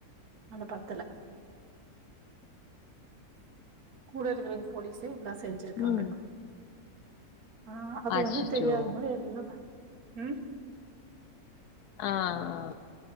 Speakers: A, on the right; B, on the left.
A: அந்த படத்துல கூடருக்றங் போலீஸே எல்லா செஞ்சிருக்காங்க
B: ம்.
A: ஆ அது
B: அச்சச்சோ!
A: வந்து தெரியாத மாரி எல்லா ம்
B: ஆ ஆ